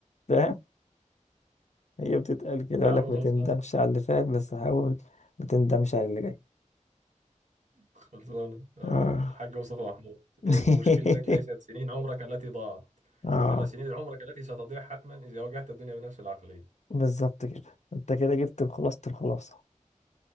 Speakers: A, on the left (about 60°); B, on the right (about 65°).
A: فاهم هي بتتقال كده يقول
B: يا عم
A: لك ما
B: خلصان
A: تندمش على اللي فات بس حاول ما تندمش على اللي جاي
B: خلصانة آه
A: اه
B: الحاج مصطفى محمود
A: <laughs>
B: إن مشكلتك ليست سنين عمرك التي ضاعت
A: اه
B: إنما سنين عمرك التي ستضيع حتما إذا واجهت الدنيا بنفس العقلية
A: بالظبط كده انت كده جبت خلاصة الخلاصة